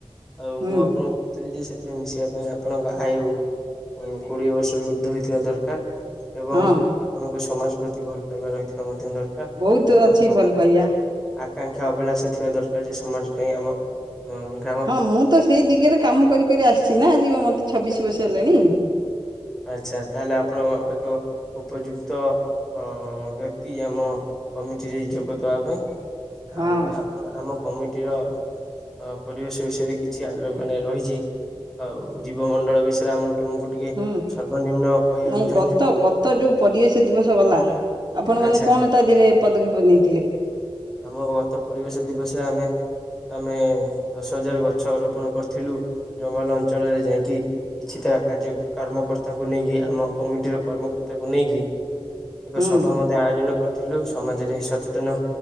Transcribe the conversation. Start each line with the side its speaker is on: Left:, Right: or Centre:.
Centre: ଆଉ
Right: ହୁଁ
Centre: ମୁଁ ଆପଣଙ୍କୁ କହୁଥିଲି ଯେ, ସେଥିରେ ମିଶିବା ପାଇଁ ଆପଣଙ୍କ ଆୟୁ ଉଁ କୋଡିଏ ବର୍ଷରୁ ଊର୍ଦ୍ଧ୍ୱ ହେଇଥିବା ଦରକାର। ଏବଂ
Right: ହଁ
Centre: ଆପଣଙ୍କୁ ସମାଜ ପ୍ରତି ଭଲ ପାଇବା ରହିଥିବା ମଧ୍ୟ ଦରକାର।
Right: ବହୁତ
Centre: ଏବଂ
Right: ଅଛି
Centre: ତମ
Right: ଭଲ ପାଇବା
Centre: ଆକାଂକ୍ଷା ଅଭିଳାଷ ଥିବା ଦରକାର ଯେ ସମାଜ ପାଇଁ ଆମ ଅଁ
Right: ହଁ ମୁଁ ତ ସେଇ ଦିଗେରେ କାମ କରି କରି ଆସିଛି ନା ଆଜି ବ ମୋତେ ଛବିଶ ବର୍ଷ ହେଲାଣି।
Centre: ଆଚ୍ଛା ତାହେଲେ ଆପଣ ଏକ ଉପଯୁକ୍ତ ଅ ବ୍ୟକ୍ତି ଆମ କମିଟିରେ ଯୋଗ ଯୋଗଦେବା ପାଇଁ
Right: ହଁ
Centre: ଆଉ ଆପଣ ଆମ କମିଟିର ଅ ପରିବେଶ ବିଷୟରେ କିଛି ଆଲୋ ମାନେ ରହିଛି ଆଉ ଜୀବମଣ୍ଡଳ ବିଷୟରେ ଆମକୁ ତମକୁ ଟିକେ
Right: ହୁଁ
Centre: ସର୍ବନିମ୍ନ କହିବାକୁ
Right: ନାଇଁ
Centre: ଚାହୁଁଛୁ
Right: ଗତ ଗ ତ ଯୋଉ ପରିବେଶ ଦିବସ ଗଲା ଆପଣ
Centre: ଆଚ୍ଛା
Right: ମାନେ କଣ ତା ଦେହରେ ପଦକ୍ଷେପ ନେଇଥିଲେ?
Centre: ଆମ ଗତ ପରିବେଶ ଦିବସରେ ଆମେ ଆମେ ଦଶ ହଜାର ଗଛ ରୋପଣ କରିଥିଲୁ ଜଙ୍ଗଲ ଅଞ୍ଚଳରେ ଯାଇକି କିଛିଟା କାର୍ଯ୍ୟ କାର୍ମକର୍ତ୍ତାଙ୍କୁ ନେଇକି ଆମ କମିଟିର କର୍ମକର୍ତ୍ତାଙ୍କୁ ନେଇକି ଏକ
Right: ହୁଁ
Centre: ସଭା ମଧ୍ୟ ଆୟୋଜନ କରିଥିଲୁ, ସମାଜରେ ସଚେତନ